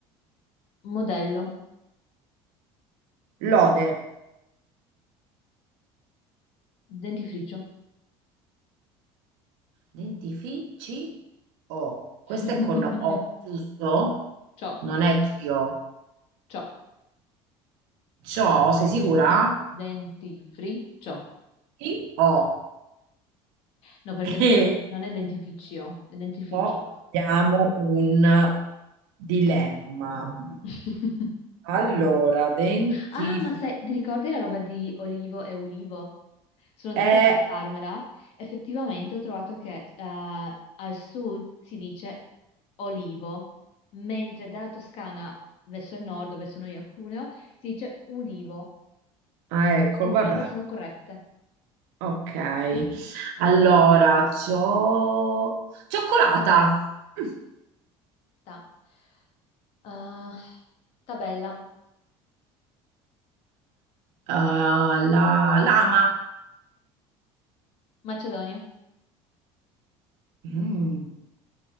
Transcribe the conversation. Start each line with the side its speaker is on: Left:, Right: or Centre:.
Left: Modello.
Right: lode.
Left: Dentifricio.
Right: Dentifici O. Questo
Left: <laughs>
Right: è con O, giusto?
Left: Ciò,
Right: Non è CO.
Left: ciò.
Right: Ciò, sei sicura?
Left: Mhm. Dentifricio.
Right: Sì, O.
Left: No, perché
Right: <laughs>
Left: non, non è dentifricio, è dentifricio.
Right: O abbiamo un dilemma.
Left: <laughs>
Right: Allora, dentifici.
Left: Ah, ma sai, ti ricordi la roba di Olivo e Ulivo? Sono andata
Right: Eh,
Left: a cercarmela. Effettivamente ho trovato che eh, al sud si dice Olivo, mentre dalla Toscana verso il nord, dove sono io a Cuneo, si dice Ulivo.
Right: ah, ecco,
Left: Entrambe
Right: vabbè.
Left: sono corrette.
Right: Ok.
Left: <laughs>
Right: Allora, c'ho... Cioccolata. Mm.
Left: Ta. Eh, tabella.
Right: Uh, la lama.
Left: Macedonia.
Right: Mm.